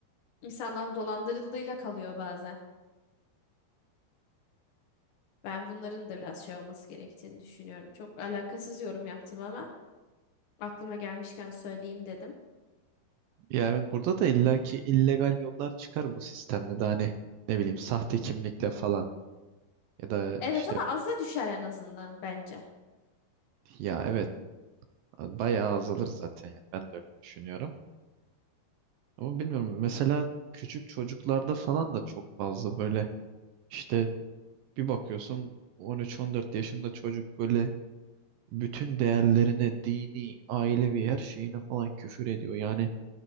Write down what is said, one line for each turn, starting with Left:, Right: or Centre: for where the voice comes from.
Left: insanlar dolandırıldığıyla kalıyor bazen ben bunların da biraz şey olması gerektiğini düşünüyorum çok alakasız yorum yaptım ama Aklıma gelmişken söyleyeyim dedim.
Right: Ya evet burada da illaki illegal yollar çıkar bu sistemde de hani ne bileyim sahte kimlikle falan ya da
Left: Evet
Right: işte
Left: ama az da düşer en azından bence.
Right: ya evet bayağı azalır zaten yani ben de öyle düşünüyorum. Ama bilmiyorum mesela küçük çocuklarda falan da çok fazla böyle işte bir bakıyorsun 13-14 yaşında çocuk böyle bütün değerlerine, dini, ailevi her şeyine falan küfür ediyor. Yani